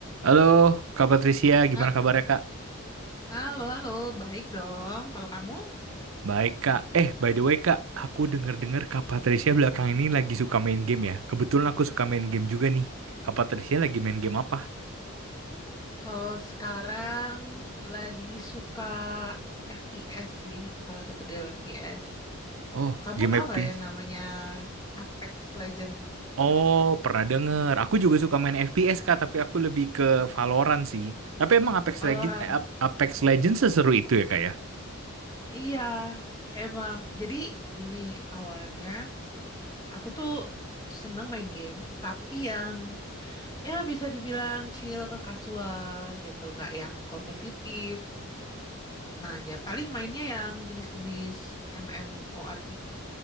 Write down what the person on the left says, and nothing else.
Hal-
Halo, halo, baik dong. Kalau kamu,
kalau sekarang lagi suka FPS sih, salah satu game FPS.
Kamu
tahu
nggak yang namanya Apex Legend,
Valorant?
Iya, emang. Jadi gini, awalnya aku tuh seneng main game, tapi yang ya bisa dibilang chill ke casual gitu, nggak yang kompetitif. Nah, ya paling mainnya yang jenis-jenis MMORPG,